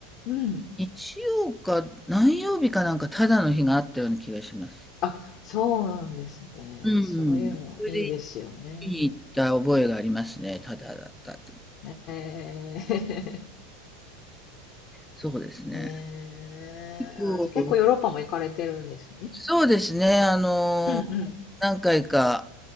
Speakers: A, on the left; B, in the centre.
A: うん。
B: 日曜か何曜日かなんかただの日があったような気がします。
A: あ、そうなんですね。
B: うん。
A: そういうのいいですよね。
B: それで見に行った覚えがありますね。ただだったと。
A: ねえ。
B: そうですね。
A: <laughs> ねえ。
B: そう
A: あ、じゃあ結構ヨーロッパも行かれてるんですね。
B: そうですね。あの、
A: うんうん。
B: 何回か、